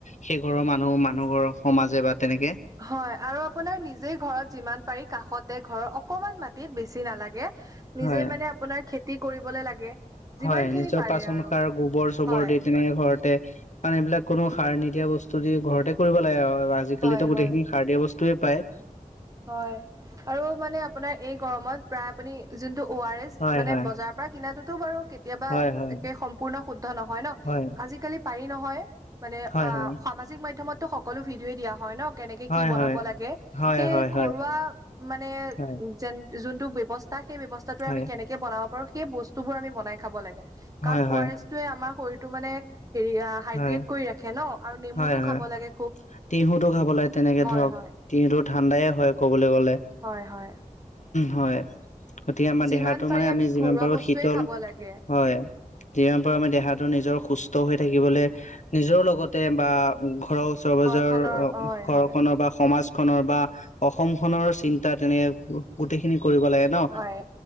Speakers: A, on the left; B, on the right.
A: সেই ঘৰৰ মানুহ মানুহ ঘৰৰ সমাজে বা তেনেকে
B: হয় আৰু আপোনাৰ নিজেই ঘৰত যিমান পাৰি কাষত তাতে ঘৰৰ অকমান মাটিত বেছি নালাগে
A: হয়
B: নিজে মানে আপোনাৰ খেতি কৰিবলে লাগে
A: হয়
B: যিমান খিনি
A: নিজৰ
B: পাৰে
A: পাচন
B: আৰু
A: সাৰ গোবৰ চোবৰ
B: হয়
A: দি তেনেক ঘৰতে কাৰণ এইবিলাক কোনো সাৰ নিদিয়া বস্তু দি ঘৰতে কৰিব লাগে আৰু আজিকালিতো
B: হয়
A: গোটেইখিনি
B: হয়
A: সাৰ দিয়া বস্তু তোৱে পাই
B: হয় আৰু মানে আপোনাৰ এই গৰমত প্ৰায় আপুনি যোনটো অ আৰ এচ
A: হয়
B: মানে
A: হয়
B: বজাৰৰ পৰা কিনা বাৰু কেতিয়াবা
A: হয় হয়
B: একে সম্পূৰ্ণ শুদ্ধ নহয় ন
A: হয়
B: আজিকালি পাৰি নহয় মানে
A: হয়
B: অ
A: হয়
B: সামাজিক মাধ্য়মতটো সকলো ভিডিঅই দিয়া হয় ন কেনেকে
A: হয়
B: কি বনাব
A: হয়
B: লাগে
A: হয়
B: সেই
A: হয় হয়
B: ঘৰুৱা মানে
A: হয়
B: যেন যোনটো ব্য্ৱস্থা সেই ব্যৱস্থাত
A: হয়
B: আমি কেনেকে বনাব পাৰো, সেই বস্তু বোৰ আমি বনাই খাব লাগে কাৰণ
A: হয় হয়
B: অ, আৰ এছ য়ে আমাৰ শৰীৰটো মানে হেৰি, হাইড্ৰেট
A: হয়
B: কৰি ৰাখে ন, আৰু নেমুতটো
A: হয় হয়
B: খাব লাগে খুব।
A: তিহুতো খাব লাগে, তেনেকে
B: হয়
A: ধৰক
B: হয়
A: তিহুতত ঠাণ্ডাই হয়, ক'বলৈ গ'লে
B: হয় হয়
A: হয়। গতিকে আমাৰ
B: যিমান
A: দেহাটো
B: পাৰি
A: মানে আমি যিমান
B: ঘৰুৱা
A: পাৰো
B: বস্তুৱে
A: শীতল
B: খাব লাগে
A: হয়, যিমান প, আমি দেহাটো নিজৰ সুস্থ হৈ থাকি থাকিবলে নিজৰ লগতে বা ৰৰ, ওচৰৰনৰ
B: ঘৰখনৰ হয় হয়
A: খনৰ বা অসম খনৰ চিন্তা তেনে গোটেইখিনি কৰিব লাগে ন
B: হয়।